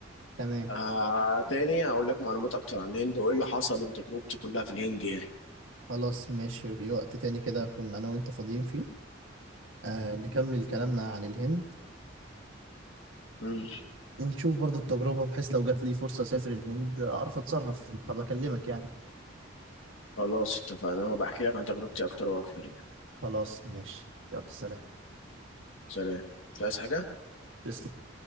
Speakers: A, on the right (about 75°); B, on the left (about 80°).
A: تمام
B: آه تاني هقول لك معلومات اكتر عن الهند وايه اللي حصل وتجربتي كلها في الهند يعني
A: خلاص ماشي في وقت تاني كده كنا أنا وأنت فاضيين فيه آه نكمل كلامنا
B: مم.
A: عن الهند
B: مم.
A: ونشوف برضه التجربة بحيث لو جات لي فرصة أسافر الهند أعرف أتصرف هبقى أكلمك يعني
B: خلاص اتفقنا وبحكي لك عن تجربتي اكتر واكتر يعني
A: خلاص ماشي يلا سلام
B: سلام مش عايز حاجة
A: تسلم